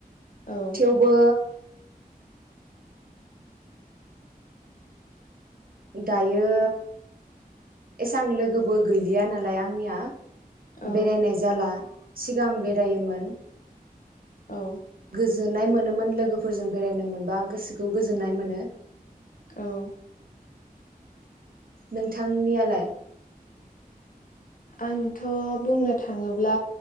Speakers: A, on the left; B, on the right.
A: औ
B: थेवबो दायो एसां लोगोबो गैलिया नालाय आंनिया
A: औ
B: बेरायनाय जाला। सिगां बेरायोमोन।
A: औ
B: गोजोननाय मोन नोमोन लोगोफोरजों बेरायनो मोनबा गोसोखौ गोजोननाय मोनो।
A: औ
B: नोंथांनियालाय?
A: आंथ' बुंनो थाङोब्ला